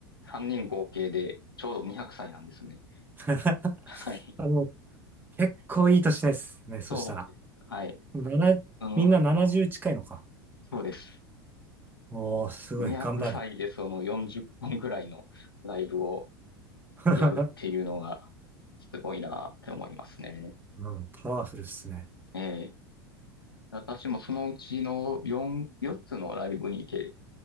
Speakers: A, on the left; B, on the right.
A: 3人合計でちょうど200歳なんですね。
B: <laughs>
A: はい。
B: あの、結構いい年ですね、そしたら。
A: そうです。はい。
B: もうななみんな70近いのか。
A: その、そうです。
B: おー、すごい、
A: 200歳でその40本ぐらいのライブを
B: 頑張る。<laughs>
A: やるっていうのがすごいなって思いますね。
B: うん、パワフルっすね。
A: ええ。私もそのうちの4、4つのライブに行け